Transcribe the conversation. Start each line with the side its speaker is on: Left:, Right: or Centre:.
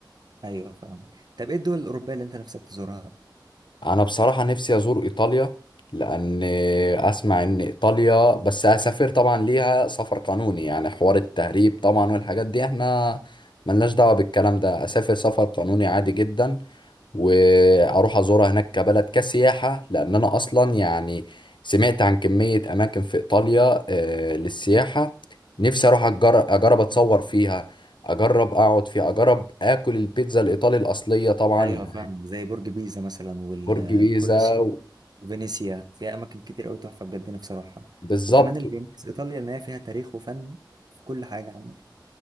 Right: ايوه فاهم طب ايه الدول الاوروبيه اللي انت نفسك تزورها
Left: انا بصراحة نفسي ازور ايطاليا لان اسمع ان ايطاليا بس اسافر طبعا ليها سفر قانوني يعني حوار التهريب طبعا والحاجات دي احنا ملناش دعوة بالكلام ده اسافر سفر قانوني عادي جدا واروح ازورها هناك كبلد كسياحة لان انا اصلا يعني سمعت عن كمية اماكن في ايطاليا آه، للسياحة نفسي اروح أجر- اجرب اتصور فيها اجرب اقعد فيها اجرب اكل البيتزا الايطالي الاصلية طبعا
Right: ايوه
Left: يعني
Right: فاهم زي برج بيزا مثلا والكولسيوم
Left: برج بيزا
Right: وفينيسيا فيها اماكن كتير قوي تحفه بجد نفسي اروحها
Left: بالظبط
Right: وكمان اللي بيميز ايطاليا ان هي فيها تاريخ وفن في كل حاجه عامه